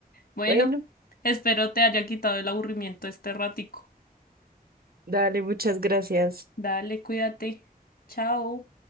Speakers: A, on the left; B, on the right.
A: Bueno,
B: Bueno,
A: espero te haya quitado el aburrimiento este ratico.
B: dale, muchas gracias.
A: Dale, cuídate. Chao.